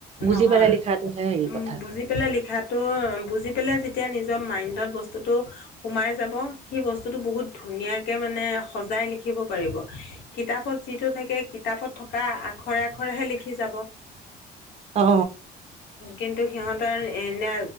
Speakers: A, on the right (about 40°); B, on the left (about 80°).
A: বুজি
B: নহয়
A: পেলাই লিখটোহে হেৰি
B: উম
A: কথা
B: বুজি পেলাই লিখাটো বুজি পেলাই যেতিয়া নিজৰ মাইণ্ডত বস্তুটো সোমাই যাব সি বস্তুটো বহুত ধুনীয়াকে মানে সজাই লিখিব পাৰিব কিতাপত যিটো থাকে কিতাপত থকা আখৰে আখৰেহে লিখি যাব
A: অ
B: কিন্তু সিহঁতৰ এনে